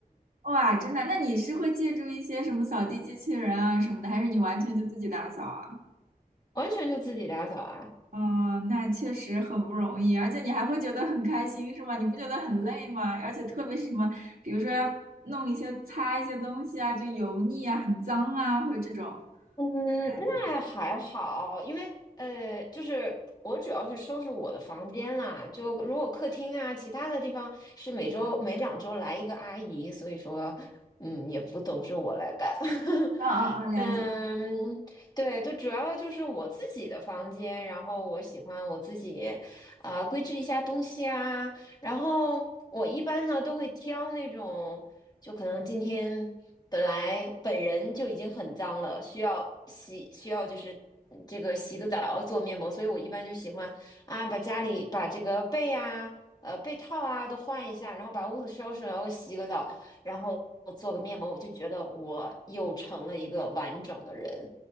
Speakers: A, on the right; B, on the left.
A: 哇，真的，那你是会借助一些什么扫地机器人啊什么的，还是你完全就自己打扫啊？
B: <laughs> 完全就自己打扫啊。
A: 嗯，那确实很不容易，而且你还会觉得很开心，是吗？你不觉得很累吗？而且特别是什么，比如说要弄一些擦一些东西啊，就油腻啊、很脏啊，会这种。
B: 嗯，
A: 感觉。
B: 那还好，因为呃，就是我主要是收拾我的房间啦，就如果客厅啊，其他的地方是每周每两周来一个阿姨，所以说，嗯，也不都是我来干。<laughs>
A: 啊啊啊！了解。
B: 嗯，对，就主要就是我自己的房间，然后我喜欢我自己，啊、规制一下东西啊，然后我一般呢都会挑那种。就可能今天本来本人就已经很脏了，需要洗，需要就是嗯这个洗个澡做面膜，所以我一般就喜欢啊，把家里把这个被啊、呃被套啊都换一下，然后把屋子收拾了，然后洗个澡，然后做个面膜，我就觉得我又成了一个完整的人。